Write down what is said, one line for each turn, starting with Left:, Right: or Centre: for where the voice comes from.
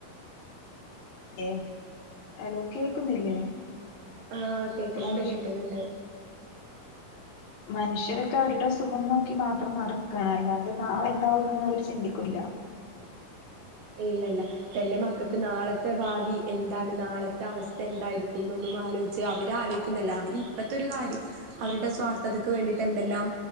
Left: ഏഹ് അലോ കേക്കുന്നില്ലേ
Right: ആഹ് കേക്ക്ന്നിണ്ട്
Left: മനുഷ്യ
Right: കേക്ക്ന്നിണ്ട്
Left: മനുഷ്യരൊക്കെ അവരുടെ സുഖം നോക്കി മാത്രം നടക്കാണ് അല്ലാതെ നാളെന്താവുന്നൊന്ന് അവര് ചിന്തിക്കുല്ല
Right: ഇല്ലല്ല തന്റെ മ ക്കക്ക് നാളത്തെ ഭാവി എന്താണ് നാളത്തെ അവസ്ഥ എന്തായിരിക്കുന്നൊന്നും ആലോയ്ച്ച് അവരാലോയ്ക്കുന്നില്ല അവര് ഇപ്പത്തെരു കാര്യം അവരുടെ സ്വാർത്ഥതക്ക് വേണ്ടീട്ടെന്തെല്ലാം